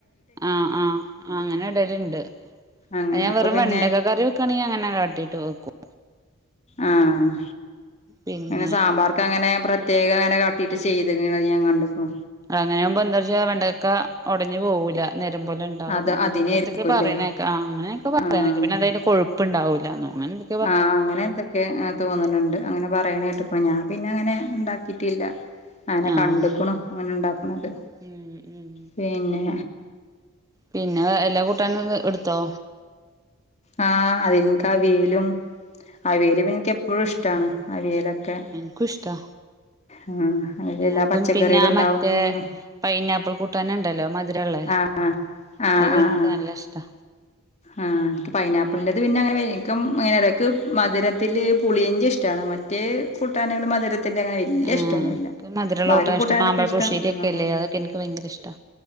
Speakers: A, on the right; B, on the left.
A: ആഹ് ആഹ് ആഹ് അങ്ങനെ ഇടേലുണ്ട്
B: അങ്ങനെ
A: അത് ഞാൻ
B: അപ്പൊ
A: വെറും
B: പിന്നെ
A: വെണ്ടക്കക്കറി വെക്കാണെങ്കി അങ്ങനെ കാട്ടീട്ട് വെക്കും
B: ആഹ്
A: പിന്നെ
B: അങ്ങനെ സാമ്പാർക്ക് അങ്ങനെ പ്ര പ്രത്യേക അങ്ങനെ കാട്ടിട്ട് ചെയ്തത് ഇങ്ങനെ ഞാൻ കണ്ടു ഫോ
A: അങ്ങനെയാവുമ്പോ എന്താച്ചാ വെണ്ടക്കാ ഉടഞ്ഞു പോവൂല്ല നേരെ പോലെ ണ്ട് ഉണ്ടാവും
B: അത്
A: അങ്ങനൊക്കെന്തൊക്കെ
B: അതിനായിരിക്കുംല്ലേ
A: പറയണകേക്കാം ആഹ് അങ്ങനൊക്കെ പറയണെ
B: ആ
A: പിന്നെന്താ ത് കൊഴുപ്പുണ്ടാവൂല്ലാന്നോ അങ്ങനെന്തെ
B: ആഹ് അങ്ങനെ എന്തൊ ക്കെ തോന്നുണുണ്ട് അങ്ങനെ പറയണ കേട്ടപ്പോൾ ഞാൻ പിന്നെ അങ്ങനെ ഉണ്ടാക്കിയിട്ടില്ല അങ്ങനെ
A: ആഹ്
B: കണ്ട്ക്കണു അങ്ങനെ ഉണ്ടാക്കുന്നത്
A: ഉം ഉം
B: പിന്നെ
A: പിന്നെ ഏഹ് എല്ലാ കൂട്ടാനും എടുത്തോ
B: ആഹ് അതിൻക്കവിയലും അവിയല് പിന്നെ ഇൻക്ക് എപ്പഴും ഇഷ്ട്ടാണ് അവിയലൊക്കെ
A: ൻക്കുഷ്ട്ടാ
B: ആഹ് അയില് എല്ലാ
A: അതും
B: പച്ചക്കറികളും
A: പിന്നെ ആ
B: ഉണ്ടാവും
A: മറ്റേ
B: ചെയ്യും
A: പൈനാപ്പിൾ കൂട്ടാന്ണ്ടല്ലോ മധ്‌ രള്ള
B: ആഹ് ആഹ്
A: അതു
B: ആഹ്
A: ഇൻക്ക്
B: ആഹ് ആഹ്
A: നല്ല ഇഷ്ടാ
B: ആഹ് ഇൻക്ക് പൈനാപ്പിള്ന്റെത് പിന്നെ അങ്ങനെ വെ ഇൻക്ക് അങ്ങനെ തെ ഇക്ക് മധുരത്തില് പുളിയഞ്ചി ഇഷ്ടാണ് മ മറ്റേ കൂട്ടാനേള് മധുരത്തിന്റെ അങ്ങനെ വല്ല്യ
A: ആഹ്
B: ഇഷ്ടൊന്നുല്ല.
A: എനിക്ക് മധുരള്ള
B: ബാക്കി
A: കൂട്ടാൻ
B: കൂട്ടാന്കളൊക്കെ
A: ഇഷ്ട മാമ്പഴ
B: ഇഷ്ടാണ്
A: പുളിശ്ശേരിയൊക്കെ
B: ആഹ്
A: ഇല്ലേ അതൊക്കെ എനിക്ക് ഭയങ്കര ഇഷ്ടാ